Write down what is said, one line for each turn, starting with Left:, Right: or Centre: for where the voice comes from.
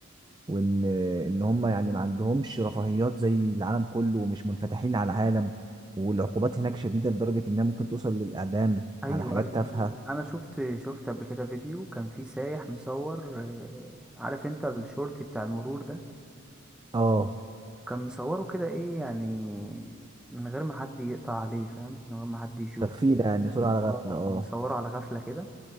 Right: وان آه، ان هم يعني ما عندهمش رفاهيات زي العالم كله ومش منفتحين على العالم والعقوبات هناك شديدة لدرجة انها ممكن توصل للاعدام
Centre: ايوه
Right: على حاجات
Centre: ايوه
Right: تافهة
Centre: أيوة. انا شفت شفت قبل كده فيديو كان فيه سايح مصور آه، عارف انت الشورت بتاع المرور ده
Right: اه
Centre: كان مصوره كده ايه يعني من غير ما حد يقطع عليه فاهم من غير ما حد يشوفه
Right: تغفيلة
Centre: كده
Right: يعني صورة على غفلة
Centre: اه
Right: اه
Centre: مصوره على غفله كده